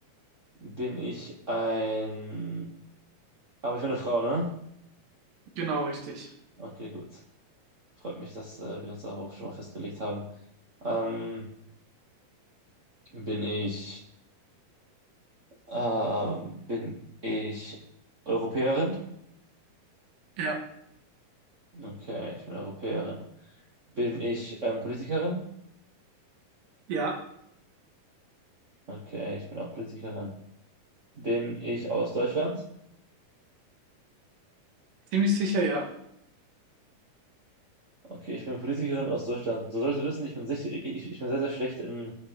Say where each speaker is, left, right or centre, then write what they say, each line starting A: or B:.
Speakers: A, on the right; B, on the right.
A: Bin ich ein... Aber ich bin eine Frau, ne?
B: genau richtig.
A: Okay, gut. Freut mich, dass äh, wir uns darauf schon mal festgelegt haben. Ähm, bin ich... Ähm, bin ich Europäerin?
B: Ja,
A: Okay, ich bin Europäerin. Bin ich ähm, Politikerin?
B: ja,
A: Okay, ich bin auch Politikerin. Bin ich aus Deutschland?
B: ziemlich sicher ja.
A: Okay, ich bin Politikerin aus Deutschland. Du solltest wissen, ich bin, sich, ich, ich bin sehr, sehr schlecht in,